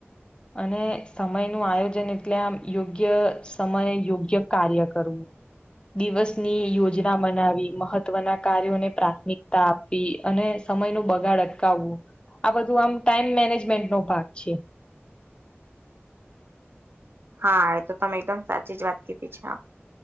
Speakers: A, on the left; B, on the right.
A: અને સમય નું આયોજન એટલે આમ યોગ્ય સમય યોગ્ય કાર્ય કરવું. દિવસની યોજના બનાવી મહત્વના કાર્યોને પ્રાથમિકતા આ પવી અને સમય નું બગાડ અટકાવવું આ બધું આમ ટાઈમ મેનેજમેન્ટ નો ભાગ છે.
B: હા એ તો તમે એકદમ સાચી જ વાત કીધી છે હા